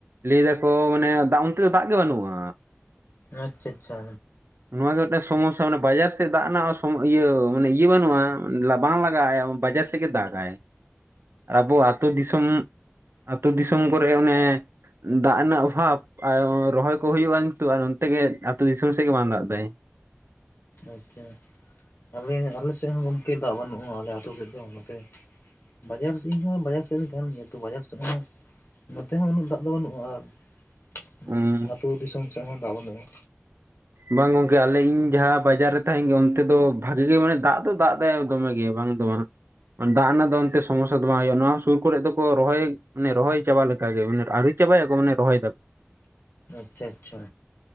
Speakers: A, on the right; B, on the left.
A: ᱞᱟᱹᱭ ᱫᱟᱠᱚ ᱢᱟᱱᱮ ᱫᱟᱜ ᱚᱱᱛᱮ ᱫᱚ ᱫᱟᱜ ᱜᱮ ᱵᱟᱹᱱᱩᱜᱼᱟ᱾
B: ᱟᱪᱪᱷᱟ ᱟᱪᱪᱷᱟ᱾
A: ᱱᱚᱣᱟᱣᱟᱜ ᱜᱮ ᱢᱤᱫᱴᱮᱱ ᱥᱚᱢᱚᱥᱥᱟ ᱢᱟᱱᱮ ᱵᱟᱡᱟᱨ ᱥᱮᱫ ᱫᱟᱜ ᱱᱟᱜ ᱥᱚᱢ ᱤᱭᱟᱹ ᱢᱟᱱᱮ ᱤᱭᱟᱹ ᱵᱟᱹᱱᱩᱜᱼᱟ ᱩᱱᱤ ᱞᱟ ᱵᱟᱝ ᱞᱟᱜᱟᱜᱼᱟᱭᱟ ᱵᱟᱡᱟᱨ ᱥᱮᱫ ᱜᱮ ᱫᱟᱜᱟᱭ ᱟᱨ ᱟᱵᱚ ᱟᱹᱛᱳ ᱫᱤᱥᱚᱢ ᱟᱹᱛᱳ ᱫᱤᱥᱚᱢ ᱠᱚᱨᱮ ᱚᱱᱮ ᱫᱟᱜ ᱨᱮᱱᱟᱜ ᱚᱵᱷᱟᱵ᱾ ᱟᱭ ᱚᱸ ᱨᱚᱦᱚᱭ ᱠᱚ ᱦᱩᱭᱩᱜᱼᱟ ᱱᱤᱛᱚᱜ ᱟᱨ ᱱᱚᱱᱛᱮ ᱜᱮ ᱟ ᱟᱹᱛᱩᱳ ᱫᱤᱥᱚᱢ ᱥᱮᱫ ᱜᱮ ᱵᱟᱝ ᱫᱟᱜ ᱮᱟᱭ᱾
B: ᱟᱪᱪᱷᱟ᱾ ᱟᱞᱮ ᱟᱞᱮ ᱥᱮᱫ ᱦᱚᱸ ᱜᱚᱝᱠᱮ ᱫᱟᱜ ᱵᱟᱹᱱᱩᱜᱼᱟ ᱟᱞᱮ ᱟᱹᱛᱩ ᱥᱮᱫ ᱫᱚ ᱱᱚᱛᱮ᱾ ᱵᱟᱡᱟᱨ ᱥᱮ ᱤᱧ ᱦᱚᱸ ᱵᱟᱡᱟᱨ ᱥᱮᱫ ᱨᱤᱧ ᱛᱟᱦᱮᱱ ᱜᱮᱭᱟ ᱛᱚ ᱵᱟᱡᱟᱨ ᱥᱮᱫ ᱢᱟᱱᱮ ᱱᱛᱮ ᱦᱚᱸ ᱩᱱᱟᱹᱜ ᱫᱟᱜ ᱫᱚ ᱵᱟᱹᱱᱩᱜᱼᱟ ᱟᱨ ᱩᱸ
A: ᱦᱩᱸ
B: ᱟᱹᱛᱩ ᱫᱤᱥᱚᱢ ᱥᱮᱫ ᱦᱚᱸ ᱫᱟᱜ ᱵᱟᱹᱱᱩᱜᱼᱟ᱾
A: ᱵᱟᱝ ᱜᱚᱝᱠᱮ ᱟᱞᱮ ᱤᱧ ᱡᱟᱦᱟᱸ ᱵᱟᱡᱟᱨ ᱨᱮ ᱛᱟᱦᱮᱱ ᱜᱮᱭᱟ ᱚᱱᱛᱮ ᱫᱚ ᱵᱷᱟᱜᱤ ᱜᱮ ᱢᱟᱱᱮ ᱫᱟᱜ ᱫᱚ ᱫᱟᱜ ᱮ ᱫᱚᱢᱮ ᱜᱮ ᱵᱟᱝ ᱫᱚ ᱵᱟᱝ᱾ ᱚᱱ ᱫᱟᱜ ᱨᱮᱱᱟᱜ ᱫᱚ ᱚᱱᱛᱮᱜ ᱥᱚᱢᱚᱥᱥᱟ ᱫᱚ ᱵᱟᱝ ᱦᱩᱭᱩᱜᱼᱟ ᱱᱚᱣᱟ ᱥᱩᱨ ᱠᱚᱨᱮ ᱫᱚᱠᱚ ᱨᱚᱦᱚᱭ ᱢᱟᱱᱮ ᱨᱚᱦᱚᱭ ᱪᱟᱵᱟ ᱞᱮᱠᱟᱜ ᱜᱮ ᱢᱟᱱᱮ ᱟᱣᱨᱤ ᱪᱟᱵᱟᱭᱟᱠᱚ ᱢᱟᱱᱮ ᱨᱚᱦᱟᱭ ᱫᱟᱠᱚ᱾
B: ᱟᱪᱪᱷᱟ ᱟᱪᱪᱷᱟ᱾